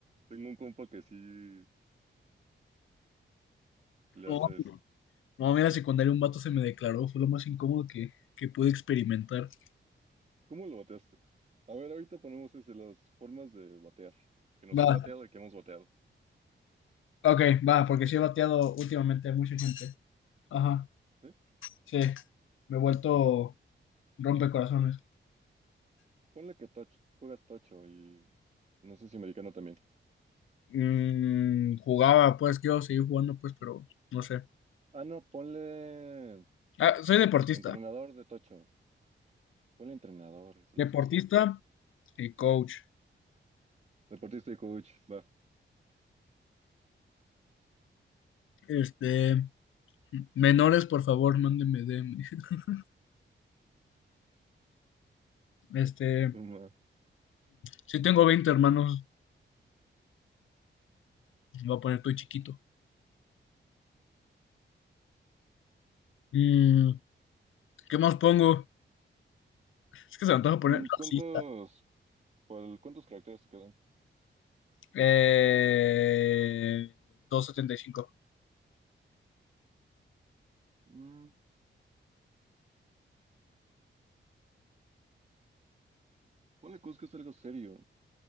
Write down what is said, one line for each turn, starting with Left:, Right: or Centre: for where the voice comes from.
Right: tengo un compa que sí le hace
Left: No,
Right: eso.
Left: No, mira, secundaria un vato se me declaró, fue lo más incómodo que, que pude experimentar.
Right: ¿Cómo lo bateaste? A ver, ahorita ponemos ese, las formas de batear, que nos
Left: Va,
Right: han bateado y que hemos bateado.
Left: ok, va, porque sí he bateado últimamente a mucha gente. Ajá,
Right: ¿sí?
Left: sí, me he vuelto rompecorazones.
Right: Ponle que touch, juegas tocho y no sé si americano también.
Left: Mm, jugaba, pues, quiero seguir jugando, pues, pero no sé.
Right: Ah, no, ponle
Left: Ah, soy deportista,
Right: entrenador de tocho. Ponle entrenador, eso
Left: deportista
Right: les gusta.
Left: y coach.
Right: Deportista y coach, va.
Left: Este, menores, por favor, mándenme DM. <laughs> Este,
Right: Va.
Left: si tengo 20 hermanos, me voy a poner todo chiquito. Mm, ¿qué más pongo? Es que se me antoja poner
Right: Mm, ¿Cuántos,
Left: racista.
Right: cuál- cuántos caracteres te quedan?
Left: Eh, doscientos setenta y cinco
Right: Mm, ponle cosas que es algo serio,